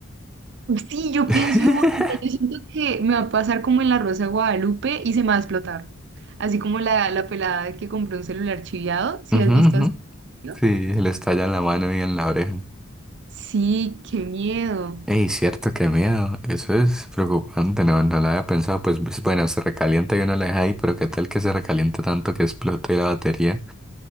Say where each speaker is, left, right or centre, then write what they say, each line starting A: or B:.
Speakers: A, on the right; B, in the centre.
A: Sí, yo
B: <laughs>
A: pienso igual, o sea, yo siento que me va a pasar como en La Rosa de Guadalupe y se me va a explotar. Así como la, la pelada que compró un celular chiviado, si
B: Ujú,
A: has visto
B: ujú.
A: así? no?
B: Sí, le estalla en la mano y en la oreja.
A: Sí, qué miedo.
B: Ey, cierto, qué miedo. Eso es preocupante, no, no lo había pensado. Pues pues, bueno, se recalienta y uno la deja ahí, pero qué tal que se recaliente tanto que explote la batería.